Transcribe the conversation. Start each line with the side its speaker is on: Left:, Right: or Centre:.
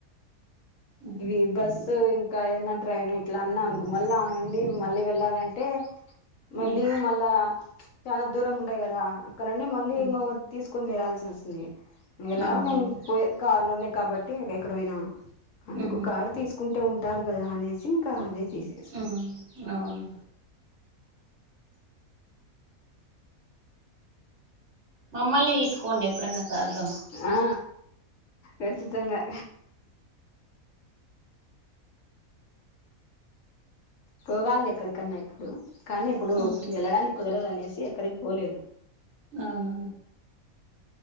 Right: ఉహు.
Left: ఇవి బస్సు ఇం ఇంకా ఏదన్నా ట్రైన్ ఇట్లా అన్నా అనుకో మళ్ళీ ఆ నుండి మళ్ళీ వెళ్ళాలంటే మళ్ళీ
Right: ఉమ్.
Left: ఇంగ మళ్ళా చాన దూరం ఉంటాయి కదా అక్కడ నుండి మళ్ళీ
Right: ఉమ్.
Left: ఇంకొకటి తీసుకు కొని వేలాల్సి వస్తుంది ఎలాగా
Right: అవునులేండి
Left: మేము పోయే ది కార్ లోనే కాబట్టి ఎక్కడ పోయినా అందుకు
Right: ఉహు
Left: కారు తీసుకుంటే ఉంటాది కదా అనేసి ఇంకా అదే తీసేసుకున్నాం
Right: ఉమ్. అవును మమ్మల్ని తీసుకోపోండి ఎప్పుడన్నా కార్లో
Left: ఆ ఖచ్చితంగా పోవాలి ఎక్కడికన్నా ఇప్పుడు కానీ ఇప్పుడు
Right: ఉమ్.
Left: వెళ్ళడానికి కుదరదు అనేసి ఎక్కడికి పోలేదు
Right: అవునా